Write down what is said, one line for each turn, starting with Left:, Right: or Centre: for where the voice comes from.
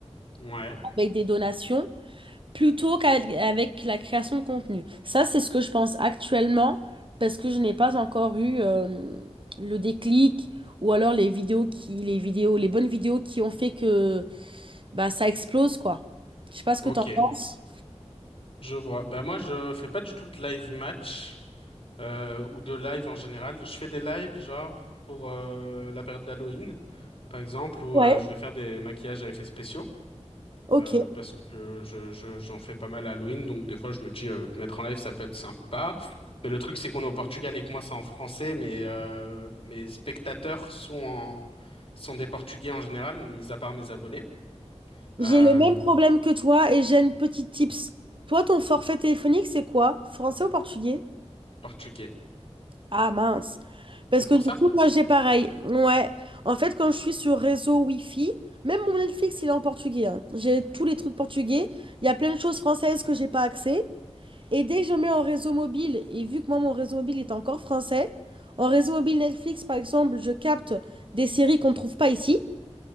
Left: ouais,
Right: avec des donations plutôt qu'avec la création de contenu. Ça, c'est ce que je pense actuellement parce que je n'ai pas encore eu euh, le déclic ou alors les vidéos qui, les vidéos, les bonnes vidéos qui ont fait que bah, ça explose, quoi. Je sais pas ce
Left: ok,
Right: que t'en penses.
Left: je vois. Bah moi, je fais pas du tout de live match euh, ou de live en général. Je fais des lives genre pour euh, la période d'Halloween, par exemple, où
Right: Ouais,
Left: euh, je vais faire des maquillages à effets spéciaux.
Right: ok.
Left: euh, parce que je, je- j'en fais pas mal à Halloween, donc des fois je me dis euh, de mettre en live ça peut être sympa. Mais le truc c'est qu'on est au Portugal et que moi c'est en français, mais euh, mes spectateurs sont en- sont des Portugais en général, mis à part mes abonnés.
Right: J'ai
Left: Euh,
Right: le même problème que toi et j'ai une petite tips. Toi, ton forfait téléphonique, c'est quoi? Français ou portugais?
Left: Portugais.
Right: Ah mince. Parce
Left: C'est pour
Right: que du
Left: ça?
Right: coup, moi j'ai pareil. Ouais. En fait, quand je suis sur réseau Wi-Fi, même mon Netflix, il est en portugais. hein. J'ai tous les trucs portugais. Il y a plein de choses françaises que j'ai pas accès. Et dès que je mets en réseau mobile, et vu que moi mon réseau mobile est encore français, en réseau mobile Netflix, par exemple, je capte des séries qu'on ne trouve pas ici.